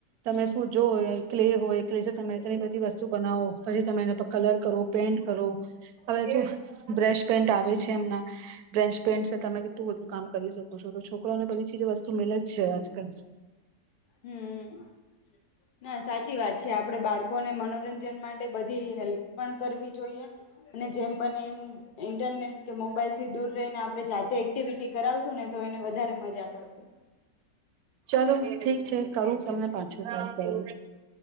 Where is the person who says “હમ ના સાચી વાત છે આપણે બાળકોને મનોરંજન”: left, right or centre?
Left